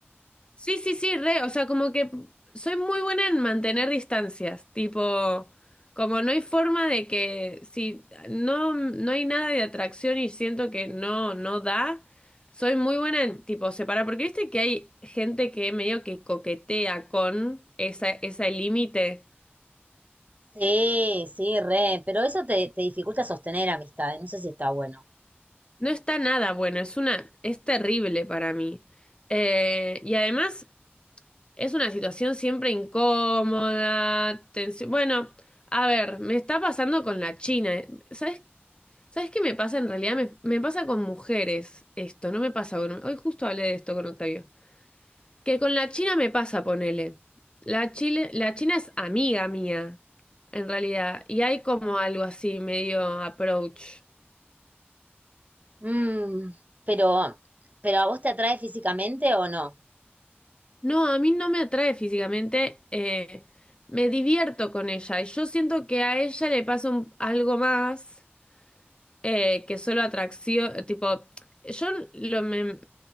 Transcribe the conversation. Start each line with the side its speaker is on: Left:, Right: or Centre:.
Left: Sí, sí, sí, re, o sea, como que soy muy buena en mantener distancias, tipo, como no hay forma de que si no, no hay nada de atracción y siento que no, no da, soy muy buena en tipo separar, porque viste que hay gente que medio que coquetea con esa, ese límite.
Right: Sí, sí, re, pero eso te, te dificulta sostener amistades, no sé si está bueno.
Left: No está nada bueno, es una, es terrible para mí. Eh, y además. Es una situación siempre incómoda, tensión. Bueno, a ver, me está pasando con la China. eh. ¿Sabes, sabes qué me pasa en realidad? Me, me pasa con mujeres esto, no me pasa con... Hoy justo hablé de esto con Octavio. Que con la China me pasa, ponele. La Chile, la China es amiga mía, en realidad. Y hay como algo así, medio approach.
Right: Mm, pero, pero ¿a vos te atrae físicamente o no?
Left: No, a mí no me atrae físicamente. eh, me divierto con ella. Y yo siento que a ella le pasa un- algo más. eh, que solo atracción, tipo, yo lo, me-